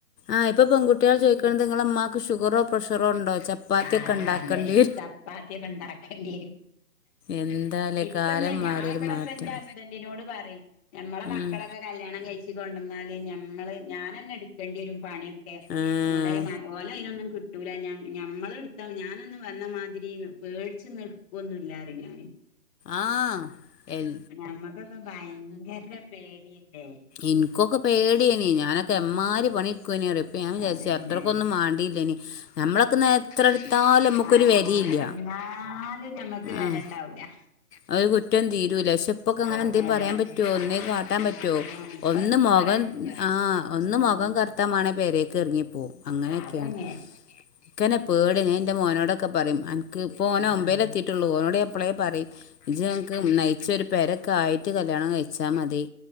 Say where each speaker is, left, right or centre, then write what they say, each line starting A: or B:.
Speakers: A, on the left; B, on the left.
A: ആഹ്ഇപ്പപെകുട്ടിള്ചോ
B: ഉം
A: ദിക്കണതനിങ്ങള ഇമ്മാക്ക് ഷുഗറോ പ്രഷറോ ഉണ്ടോ ചപ്പാത്തിയൊക്കെ
B: ആഹ്
A: ഇണ്ടാക്കേണ്ടി
B: അതെ ചപ്പാത്തിയൊക്കെ ഇണ്ടാക്കേണ്ടി വരും
A: എന്താലേ
B: ഇപ്പന്ന്
A: കാലം മാറിയൊരു
B: ഞാൻ ഇവിടെപ്പോ
A: മാറ്റം
B: എന്റെ ഹസ്ബൻറിനോട് പറയും. ഞമ്മളെ മക്കളൊക്കെ
A: ഉം
B: കല്യാണം കഴിച്ച് കൊണ്ടുവന്നാല് ഞമ്മള് ഞാനെന്നെ എടുക്കേണ്ടി വരും പണിയൊ എ
A: ആഹ്
B: മോ മാണം ഓലെ അയിനൊന്നും കിട്ടൂല, ഞ ഞ ഞമ്മള് എടുത്ത ഞാനൊന്നും വന്നമാതിരി പേടിച്ചിന്ന് എടുക്കൊന്നുല്ലാ പറിം ഞാന്.
A: ആ എൽ
B: ഞമ്മക്കൊക്കെ ഭയങ്കര പേടിയല്ലേ.
A: ഇൻകൊക്കേ പേടിയേ നി ഞാനൊക്കെ
B: ആഹ്
A: എമ്മാരി പണിടുക്കേനി ഇപ്പ ഞാൻ വിചാരിച്ച
B: അതന്നെ
A: അത്രയ്ക്കൊന്നും മാണ്ടില്ലേനി. നമ്മളൊക്കെ അന്ന് എത്ര എടുത്താലും നമ്മുക്കൊരു
B: ആഹ്
A: വെലീല്ല,
B: എന്നാലും ഞമ്മക്ക് വെല
A: ആഹ്.
B: ഉണ്ടാവൂല
A: അവ കുറ്റം തീരൂല പക്ഷെ ഇപ്പൊക്കെ അങ്ങനെ
B: ആഹ്
A: എന്തേ പറയാൻ പറ്റോ ഒന്നേ കാട്ടാൻ
B: ആഹ്
A: പറ്റോ.
B: ഇപ്പത്തും
A: ഒന്ന് മുഖം
B: പറയാൻ പറ്റൂല
A: ആഹ് ഒന്ന്
B: ഉം
A: മുഖം കറുത്താ മാണേ പെരേക്ക് ഇറങ്ങിപ്പോവും അങ്ങനൊക്കെണ്.
B: അതന്നെ
A: ഇൻക്കന്നെ പേടിയാ ഞാൻ ഇന്റെ മോനോടൊ ക്കെ പറയും അൻക്ക് ഇപ്പോ
B: ആഹ്
A: ഓന് ഒമ്പതില് എത്തിയിട്ടുള്ളൂ, ഓനോട് ഇപ്പോളേ പറയും ഇജ്ജ് അൻക്ക്
B: ഉം
A: നയിച്ചൊരു പെരക്കെ ആയിട്ട് കല്യാണം കഴിച്ചാ മതി.